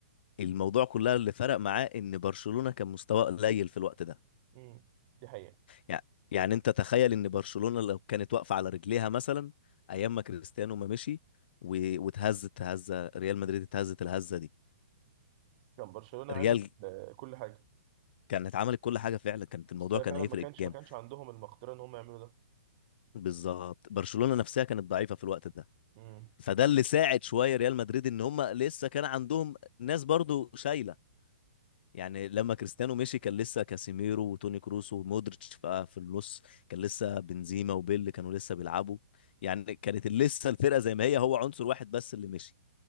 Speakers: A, on the left; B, on the right.
A: الموضوع كلها اللي فرق معاه ان برشلونة كان مستواه قليل في الوقت ده
B: امم دي حقيقه
A: يعني يعني انت تخيل ان برشلونة لو كانت واقفة على رجليها مثلا ايام ما كريستيانو ما مشي و- واتهزت هزة ريال مدريد اتهزت الهزة دي
B: كان برشلونه
A: ريال
B: عمل آه، كل حاجه
A: كانت عملت كل حاجة فعلا كانت الموضوع
B: بس هي
A: كان
B: فعلا
A: هيفرق
B: ما كانش
A: جامد
B: ما كانش عندهم المقدره ان هم يعملوا ده
A: بالظبط برشلونة نفسها كانت ضعيفة في الوقت ده
B: امم
A: فده اللي ساعد شوية ريال مدريد ان هم لسه كان عندهم ناس برضو شايلة يعني لما كريستيانو مشي كان لسه كاسيميرو وتوني كروس ومودريتش بقى في النص كان لسه بنزيما وبيل كانوا لسه بيلعبوا يعني كانت لسه الفرقه زي ما هي هو عنصر واحد بس اللي مشي